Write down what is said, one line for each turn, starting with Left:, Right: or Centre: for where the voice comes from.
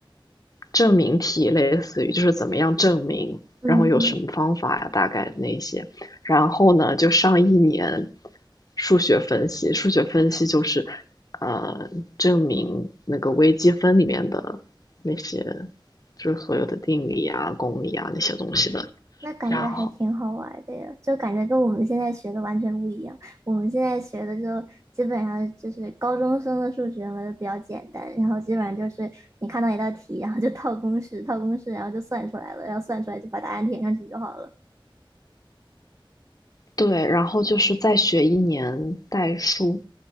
Left: 证明题，类似于就是怎么样证明，
Right: 嗯嗯
Left: 然后有什么方法呀、啊大概那些。然后呢，就上一年数学分析，数学分析就是呃证明那个微积分里面的那些就是所有的定理啊、公理啊那些东西的。
Right: 那感觉还挺好玩的呀，
Left: 然后
Right: 就感觉跟我们现在学的完全不一样。我们现在学的就基本上就是高中生的数学嘛，就比较简单，然后基本上就是你看到一道题，然后就套公式，套公式，然后就算出来了，然后算出来就把答案填上去就好了。
Left: 对，然后就是再学一年代数，